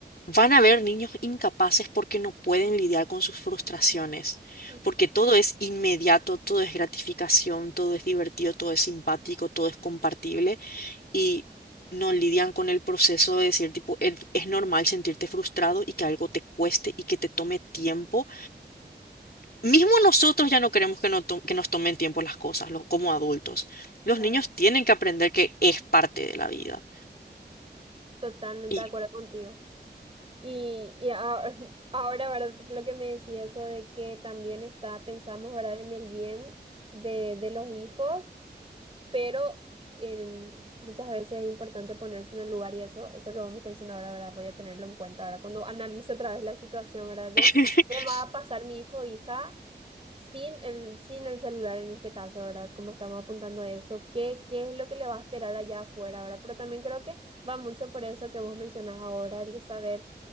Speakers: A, on the left; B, on the right.
A: van a haber niños incapaces porque no pueden lidiar con sus frustraciones,
B: Mm,
A: porque todo es inmediato, todo es gratificación, todo es divertido, todo es simpático, todo es compartible y... no lidian con el proceso de decir, tipo, "Es es normal sentirte frustrado y que algo te cueste y que te tome tiempo Mismo nosotros ya no queremos que, no to- que nos tomen tiempo las cosas, los, como adultos. Los
B: claro.
A: niños tienen que aprender que es parte de la vida.
B: Totalmente
A: Y
B: de acuerdo contigo. Y, y ahora, <laughs> ahora, ¿verdad? Lo que me decía eso de que también está, pensamos, ¿verdad? En el bien de, de los hijos pero en- muchas veces es importante ponerse en el lugar y eso, eso que vos me estás diciendo ahora, ¿verdad? Voy a tenerlo en cuenta, ¿verdad? Cuando analice otra vez la situación, ¿verdad? De
A: <laughs>
B: qué va a pasar mi hijo o hija sin el, sin el celular en este caso, ¿verdad? Como estamos apuntando eso, ¿qué, qué es lo que le va a esperar allá afuera, ¿verdad? Pero también creo que va mucho por eso que vos mencionás ahora, el de saber